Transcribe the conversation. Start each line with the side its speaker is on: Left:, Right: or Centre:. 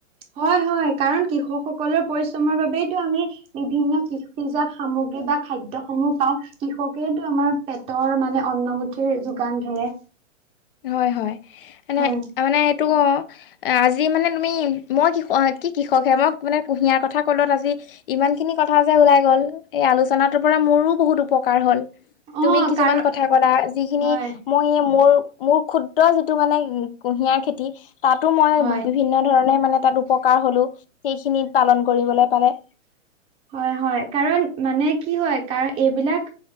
Right: হয়-হয় কাৰণ কৃষকসকলৰ পৰিশ্ৰমৰ বাবেইতটো আমি বিভিন্ন কৃষিজাত সামগ্ৰী বা খাদ্য সমূহ পাওঁ, কৃষকেতো আমাৰ পেটৰ মানে অন্নমুঠিৰ যোগান ধৰে।
Left: হয়-হয় এনে
Right: হয়
Left: মানে এইটো অ' আজি মানে তুমি মই আ কি কৃষক হে মই মানে কুঁহিয়াৰ কথা ক'লত আজি ইমানখিনি কথা যে ওলাই গ'ল, এই আলোচনাটোৰ পৰা মোৰো বহুত উপকাৰ হ'ল।
Right: অ
Left: তুমি কিছুমান
Right: কাৰ
Left: কথা ক'লা যিখিনি
Right: হয়
Left: মই এ মোৰ-মোৰ ক্ষুত্ৰ যিটো মানে কুঁহিয়াৰ খেতি তাটো মই
Right: হয়
Left: বিভিন্ন ধৰণে মানে তাত উপকাৰ হ'লো সেইখিনিত পালন কৰিবলৈ কাৰনে।
Right: হয়-হয় কাৰণ মানে কি হয়, কাৰ এইবিলাক